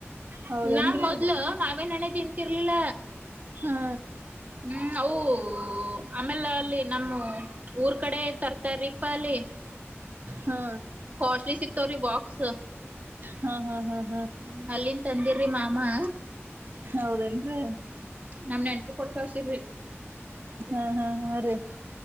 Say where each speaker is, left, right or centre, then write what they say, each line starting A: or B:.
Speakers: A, on the right (about 45°); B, on the right (about 30°).
A: ಹೌದೇನ್ರಿ
B: ನಾ ಮೊದ್ಲು ಮಾವಿನ ಹಣ್ಣೆ ತಿನ್ ರ್ಲಿಲ್ಲ
A: ಹಾ
B: ಹ್ಮ್ ಆವು ಆಮೇಲೆ ಅಲ್ಲಿ ನಮ್ಮ ಊರ್ ಕಡೆ ತರ್ತಾರ್ರೀಪ ಅಲ್ಲಿ
A: ಹಾ
B: ಕಾಸ್ಟ್ಲಿ ಸಿಕ್ತಾವ್ರಿ ಬಾಕ್ಸ್
A: ಹಾ ಹಾ ಹಾ
B: ಹ್ಮ್ ಅಲ್ಲಿನ್ ತಂದಿರಿ ಮಾ ಮಾ
A: ಹೌದೇನ್ರರಿ
B: ನಮ್ ನೆಂಟ್ರೂ ಕೊಟ್ ಕಸಿರ್ರಿ
A: ಹಾ -ಹಾ -ಹಾ ರೀ